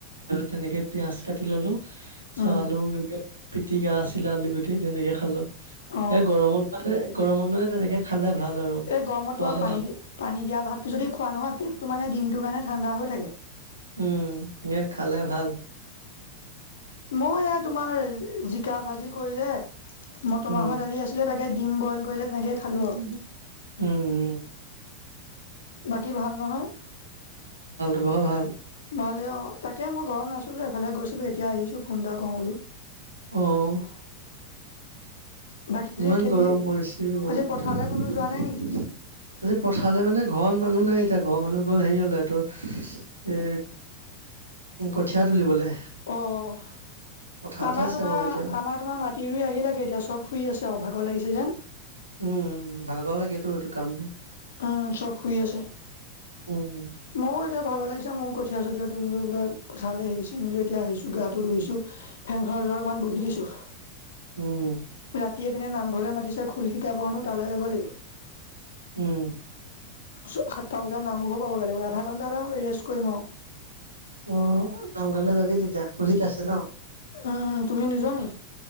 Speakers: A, on the right; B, on the left.
A: তেনেকে পিয়াজ কাটি ললো চ
B: উম
A: আলু এনেকে পিটিকা আছিলে আলু গুটি তেনেকে খালো
B: অ
A: এই গৰমত মানে গৰমত মানে তেনেকে খালে ভাল আৰু
B: এই গৰমত
A: পোৱা
B: তোমাৰ পানী দি পানী দিয়া ভাতটো যদি খোৱা নহয় পেটটো মানে দিনটোৰ কাৰণে ঠাণ্ডা হৈ থাকে
A: উম ম খালে ভাল
B: মই এই তোমাৰ জিকা ভাজি কৰিলে মটৰ
A: উম
B: মাহৰ দালি আছিলে তাকে ডিম বইল কৰিলে তেনেকেই খালো
A: উম
B: আৰু
A: উম
B: বাকী ভাল নহয়
A: <unintelligible> ভাল
B: ভালেই অ তাকে মই ঘৰত নাছিলো এফালে গৈছিলো এতিয়া আহিছো ফোন এটা কৰো বোলো
A: অহঁ
B: বাকী
A: ইমান
B: আজি খেতি
A: গৰম পৰিছে
B: আজি পথাৰলৈ
A: আজি
B: কোনো যোৱা নাই নেকি
A: পঠালে মানে ঘৰত মানুহ নাই এতিয়া ঘৰ মানুহ গ'ল হেৰি হলে তো এই কঠীয়া তুলিবলে
B: অ আমাৰ
A: পথাৰতে আছে
B: তোমাৰ
A: বাৰু এতিয়া
B: আমাৰ তোমাৰ মাটি ৰুই আহি লাগে এতিয়া চব শুই আছে অ ভাগৰ লাগিছে যে
A: উম ভাগৰ লাগেতো এইটো কামটো
B: আহ চব শুই আছে
A: উম
B: ময়ো এতিয়া ভাগৰ লাগিছে মও কঠিয়া চঠিয়া এতিয়া আহিছো গাটো ধইছো ফেনখনৰ অকমান বহি দিছো
A: উম
B: বাকি এই পিনে নামঘৰলৈ মাতিছে খোল শিকা হেনো তালৈ যাব লাগিব
A: উম
B: সাতটা বজাত নামঘৰ পাব লাগিব আধা ঘণ্টা এটা ৰেষ্ট কৰিম অ
A: অ নামঘৰলৈ যাবি তেতিয়া খুল শিকাই আছে ন
B: উম তুমি নোযোৱা নি